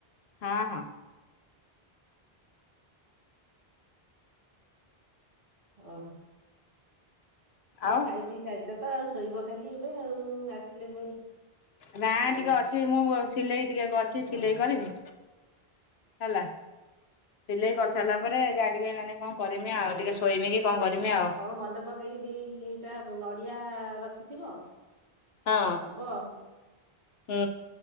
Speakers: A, on the left; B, on the right.
A: ହଁ ହଁ।
B: ଓହୋ। ହଉ
A: ଆଉ
B: ଖାଇପିଇ ସାରିଛ ତ ତ ଆଉ ଶୋଇବ ଖାଲି ଏବେ ଆଉ, ଆସିଲେ ପୁଣି
A: ନା
B: ଏ
A: ଟିକେ ଅଛି ମୁଁ ସିଲେଇ ଟିକେ ଅଛି ସିଲେଇ
B: ହଁ
A: କରିବି ହେଲା। ସିଲେଇ କରିସାରିଲା ପରେ ଯାହା ଟିକେ ମାନେ କଣ କରିମି ଆଉ,
B: ହଉ
A: ଟିକେ ଶୋଇମି କି କଣ କରିମି? ଆଉ
B: ହଉ ମନେ ପକେଇକି ଦିଟା ନଡିଆ ରଖିଥିବ।
A: ହଁ
B: ଦବ
A: ହୁଁ।